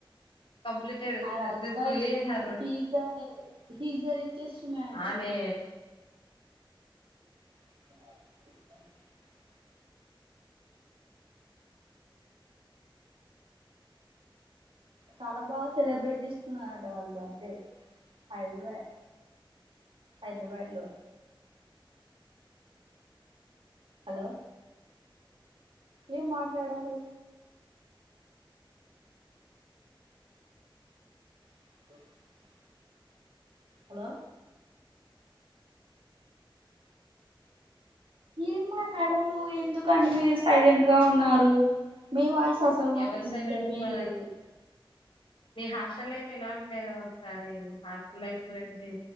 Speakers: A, on the left; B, on the right.
A: కంప్లీటెడ్
B: ఆ Rajubhai
A: successfully
B: very
A: her
B: he's హ ఇజ రిచెస్ట్ మ్యాన్
A: ఆమె
B: <inaudible> చాలా బాగా సెలబ్రేట్ చేసుకున్నారంట వాళ్ళ బర్త్డే హైదరాబాద్ హైదరాబాద్ లో హలో ఏం మాట్లాడారు <inaudible> హలో ఏమ్మా మాట్లాడారు ఎందుకండి మీరు సైలెంట్ గా ఉన్నారు మీ వాయిస్ అసలు మాకు
A: ఎవరు
B: ఇనిపించడమే
A: సైలెంట్ ఉన్నారండి
B: లేదు
A: మీ హాస్టల్ లైఫ్ ఎలా ఉండేదో ఒకసారి హాస్టల్ లైఫ్ గురించి